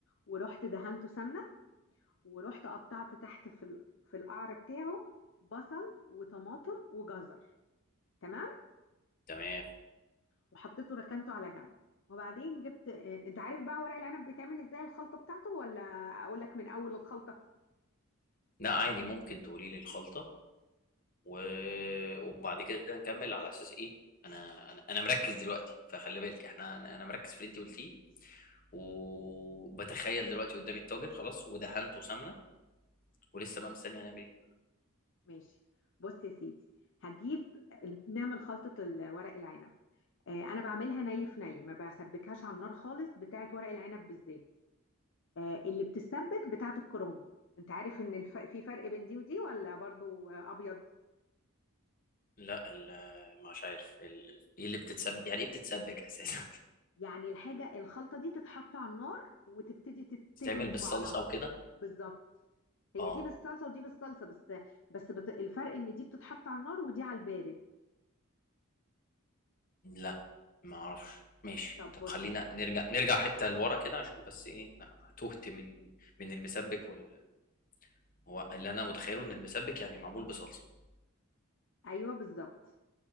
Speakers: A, on the left; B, on the left.
A: ورحت دهنته سمنه ورحت قطعت تحت في ال- في القعر بتاعه بصل وطماطم وجزر تمام
B: تمام
A: وحطيته ركنته على جنب وبعدين جبت آه، انت عارف بقى ورق العنب بيتعمل ازاي الخلطه بتاعته ولا اقول لك من اول الخلطه
B: لا عادي ممكن تقولي لي الخلطه و... وبعد كده نكمل على اساس ايه انا انا انا مركز دلوقتي فخلي بالك احنا انا, أنا مركز في اللي انت قلتيه وبتخيل دلوقتي قدامي الطاجن خلاص ودهنته سمنه ولسه بقى مستني هنعمل ايه
A: ماشي بص يا سيدي هجيب نعمل خلطه ال- ورق العنب آه، انا بعملها ني في ني ما بسبكهاش على النار خالص بتاعت ورق العنب بالزيت آه، اللي بتسبك بتاعت الكروم انت عارف ان الف... في فرق بين دي ودي ولا برضو آه، ابيض
B: لا ال- مش عارف ال- ال- ايه اللي بتتسبك يعني ايه بتتسبك اساسا
A: يعني الحاجة الخلطة دي تتحط على النار وتبتدي
B: <laughs>
A: تت-
B: بتتعمل
A: تغلي في
B: بالصلصه
A: بعضها
B: وكده
A: بالظبط هي
B: اه
A: دي بالصلصة ودي بالصلصة بس بس بت... الفرق ان دي بتتحط على النار ودي على البارد
B: لا ما اعرفش ماشي
A: طب
B: طب
A: بص
B: خلينا
A: يا سيدي
B: نرجع نرجع حتة لورا كده عشان بس ايه انا تهت من من المسبك وال... هو اللي انا متخيله ان المسبك يعني معمول بصلصة
A: ايوه بالظبط